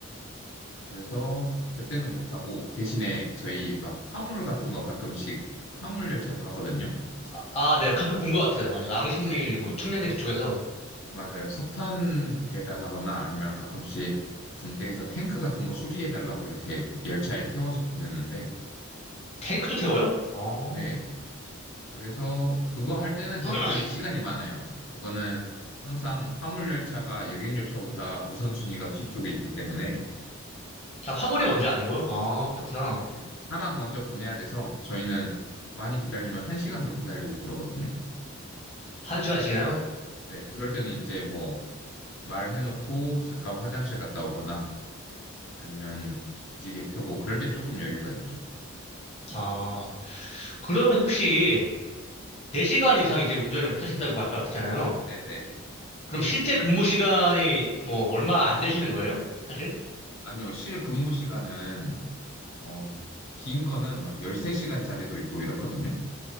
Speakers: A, on the left; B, on the left.
A: 그래서 그때는 못하고 대신에 저희 막 화물 같은 거 가끔씩 화물 열차도 하거든요.
B: 아, 아, 네. 가끔 본 것 같아요. 맞아요. 왕십리,
A: 네, 음,
B: 뭐, 청량리 그쪽에서.
A: 맞아요. 석탄 배달하거나 아니면 가끔씩 군대에서 탱크 같은 거 수리해달라고 이렇게 열차에 태워서 보내는데,
B: 탱크도 태워요? 어.
A: 네. 그래서 그거 할 때는
B: <clears throat>
A: 근데 좀 시간이 많아요. 그거는 항상 화물 열차가 여객 열차보다 우선순위가 뒤쪽에 있기 때문에,
B: 아, 화물이 먼저 아니고요? 아, 그렇구나.
A: 네, 사람 먼저 보내야 돼서 저희는 많이 기다리면 한시간도 기다리고 그러거든요.
B: 한 시간씩이나요?
A: 네, 그럴 때는 이제 뭐 말해놓고 잠깐 화장실 갔다 오거나 아니면 기지개 펴고 그럴 때 조금 여유가 있죠.
B: 아, 그러면 혹시 4시간 이상 이제 운전을 못 하신다고 아까 그랬잖아요.
A: 네, 네.
B: 그럼 실제 근무 시간이 뭐 얼마 안 되시는 거예요? 사실?
A: 아니요, 실 근무 시간은 어, 긴 거는 막 13시간짜리도 있고 이렇거든요.